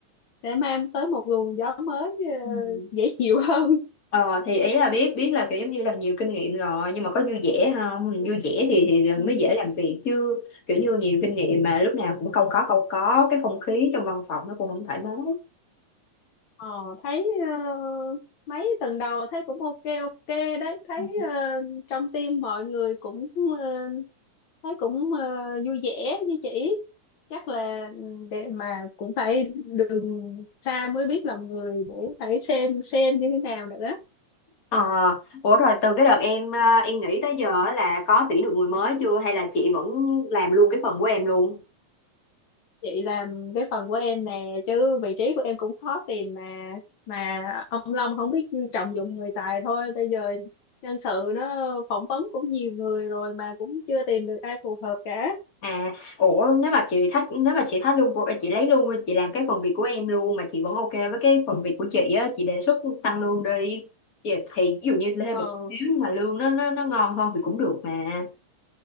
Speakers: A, on the left (about 80°); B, on the left (about 35°).
A: sẽ mang tới một luồng gió mới ờ,
B: Ừ.
A: dễ chịu hơn
B: Ờ thì ý là biết biết là kiểu giống như là nhiều kinh nghiệm rồi nhưng mà có vui vẻ không
A: ừ.
B: vui vẻ thì thì
A: Ừ.
B: mới dễ làm việc chứ kiểu như nhiều kinh nghiệm mà lúc nào cũng câu có câu có cái không khí trong văn phòng nó cũng không thoải mái
A: ờ thấy ờ, mấy tuần đầu thấy cũng ok ok đấy thấy
B: Ừ.
A: ờ, trong team mọi người cũng ờ, thấy cũng ờ, vui vẻ với chị chắc là ừ, để mà cũng phải đường xa mới biết lòng người để phải xem xem như thế nào nữa
B: Ờ, ủa rồi từ cái đợt em ờ, em nghỉ tới giờ á là có tuyển được người mới chưa hay là chị vẫn làm luôn cái phần của em luôn?
A: chị làm cái phần của em nè chứ vị trí của em cũng khó tìm mà mà ông Long không biết trọng dụng người tài thôi bây giờ nhân sự nó phỏng vấn cũng nhiều người rồi mà cũng chưa tìm được ai phù hợp cả
B: À, ủa nếu mà chị thích nếu mà chị thích luôn của chị lấy luôn chị làm cái phần việc của em luôn mà chị vẫn ok với cái phần việc của chị á, chị đề xuất tăng lương đi. Thì, thì ví dụ như thêm
A: ừ
B: một xíu nhưng mà lương nó nó nó ngon hơn thì cũng được mà.